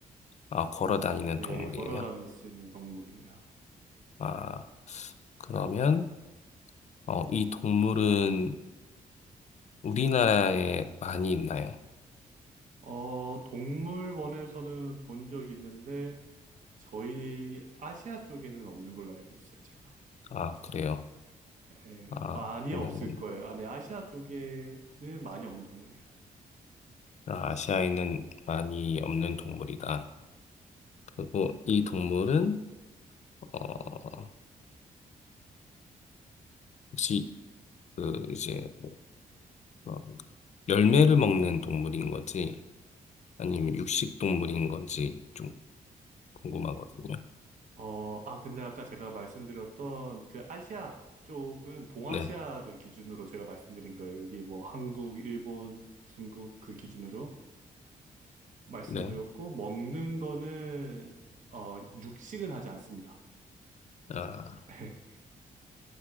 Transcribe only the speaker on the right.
네,
걸어 다닐 수 있는 동물이에요.
어 동물원에서는 본 적이 있는데 저희 아시아 쪽에는 없는 걸로 알고 있어요, 제가.
예,
많이
없을 거예요. 아, 네, 아시아 쪽에는 많이 없는 동물이에요.
어, 아, 근데 아까 제가 말씀드렸던 그 아시아 쪽은 동아시아를
기준으로 제가 말씀드린 거예요. 여기 뭐 한국, 일본, 중국 그 기준으로 말씀드렸고,
먹는 거는, 어, 육식은 하지 않습니다.
<laughs>